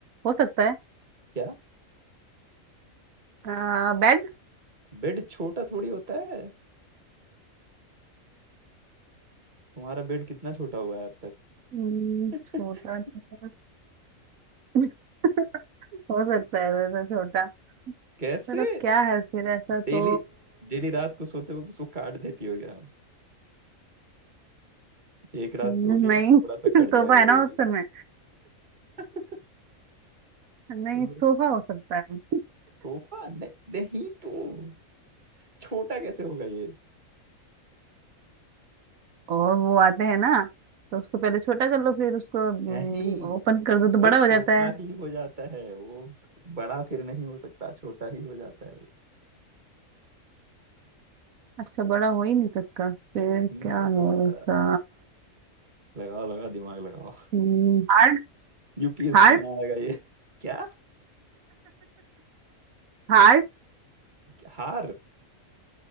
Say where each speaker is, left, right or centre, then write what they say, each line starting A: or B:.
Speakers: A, on the right (about 85°); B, on the right (about 35°).
A: हो सकता है
B: क्या
A: आ, बेड
B: बेड छोटा थोड़ी होता है तुम्हारा बेड कितना छोटा हुआ है अब
A: हम्म,
B: तक
A: छोटा
B: <laughs>
A: नहीं है। <laughs> हो सकता है वैसे छोटा
B: कैसे
A: पर अब क्या है फिर ऐसा तो
B: डेली डेली रात को सोते वक्त उसको काट देती हो क्या एक रात
A: हम्म,
B: सो लिया
A: नहीं
B: थोड़ा सा
A: <laughs>
B: कट
A: सोफा
B: जाएगा
A: है ना
B: ये
A: ऑप्शन
B: भी
A: में
B: <laughs>
A: नहीं
B: तो
A: सोफा हो सकता है
B: सोफा नहीं नहीं तो छोटा कैसे होगा ये
A: और वो आते हैं ना तो उसको पहले छोटा कर लो फिर उसको
B: नहीं
A: ओपन कर दो तो
B: वो
A: बड़ा हो
B: छोटा
A: जाता है
B: ही हो जाता है वो बड़ा फिर नहीं हो सकता छोटा ही हो जाता है वो
A: अच्छा बड़ा हो ही नहीं सकता फिर
B: नहीं
A: क्या
B: हो
A: है
B: सकता
A: ऐसा
B: लगाओ लगाओ दिमाग लगाओ
A: हम्म, हार्ट
B: <laughs> यूपीएससी
A: हार्ट
B: में आएगा ये क्या
A: हार्ट
B: हार